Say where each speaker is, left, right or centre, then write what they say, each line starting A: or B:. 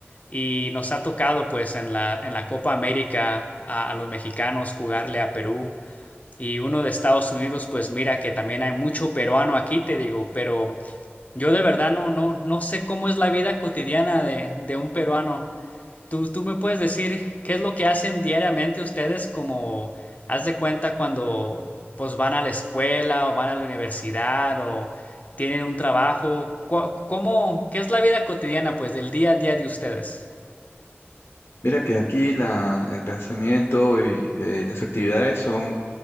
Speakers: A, on the left; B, on the left.
A: Y nos ha tocado, pues, en la, en la Copa América a, a los mexicanos jugarle a Perú. Y uno de Estados Unidos, pues mira que también hay mucho peruano aquí, te digo, pero yo de verdad no, no, no sé cómo es la vida cotidiana de, de un peruano. ¿Tú, tú me puedes decir qué es lo que hacen diariamente ustedes como, haz de cuenta cuando pues van a la escuela o van a la universidad o tienen un trabajo? Cua- ¿Cómo, qué es la vida cotidiana pues del día a día de ustedes?
B: Mira que aquí la, el pensamiento y eh, las actividades son